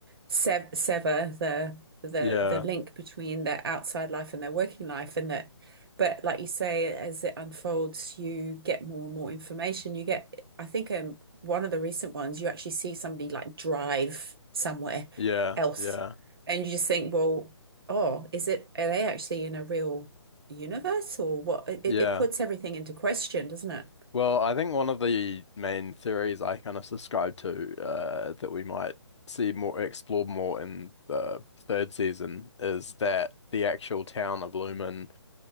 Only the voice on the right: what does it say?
sev sever the the
the link between their outside life and their working life and that but like you say as it unfolds you get more and more information you get I think um one of the recent ones you actually see somebody like drive somewhere
else
and you just think well oh is it are they actually in a real universe or what it, it
puts everything into question doesn't it